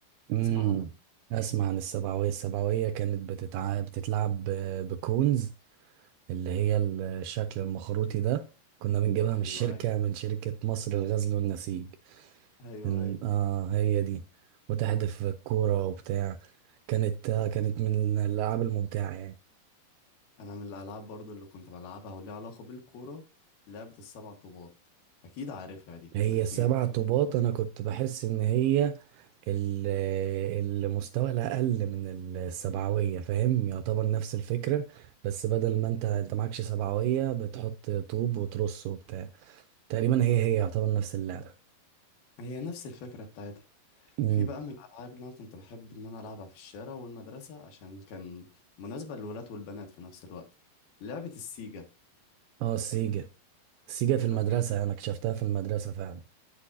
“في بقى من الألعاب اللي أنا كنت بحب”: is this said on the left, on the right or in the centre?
Left